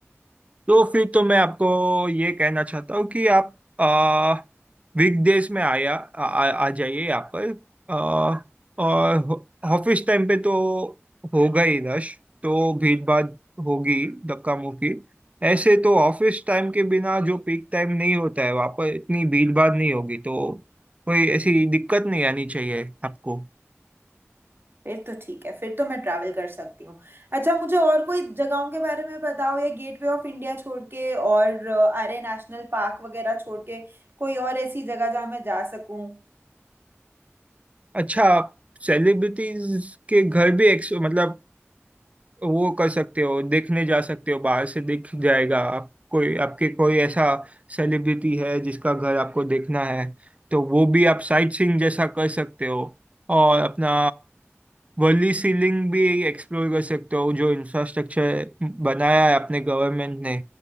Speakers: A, on the right; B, on the right.
A: तो फिर तो मैं आपको ये कहना चाहता हूँ कि आप आ, वीकडेज में आया आ, आ आ जाइए यहाँ पर आ, और ऑफिस टाइम पे तो होगा ही रश तो भीड़ भाड़ होगी धक्का मुक्की ऐसे तो ऑफिस टाइम के बिना जो पीक टाइम नहीं होता है वहाँ पर इतनी भीड़ भाड़ नहीं होगी तो कोई ऐसी दिक्कत नहीं आनी चाहिए आपको
B: फिर तो ठीक है फिर तो मैं ट्रैवल कर सकती हूँ अच्छा मुझे और कोई जगहों के बारे में बताओ या गेटवे ऑफ इंडिया छोड़ के और अ, आर्य नेशनल पार्क वगैरह छोड़ के कोई और ऐसी जगह जहाँ मैं जा सकूँ
A: अच्छा सेलिब्रिटीज के घर भी एक, मतलब वो कर सकते हो देखने जा सकते हो बाहर से दिख जाएगा आप कोई आपके कोई ऐसा सेलिब्रिटी है जिसका घर आपको देखना है तो वो भी आप साइट सीइंग जैसा कर सकते हो और अपना वर्ली सीलिंग भी एक्सप्लोर कर सकते हो जो इंफ्रास्ट्रक्चर बनाया है अपने गवर्नमेंट ने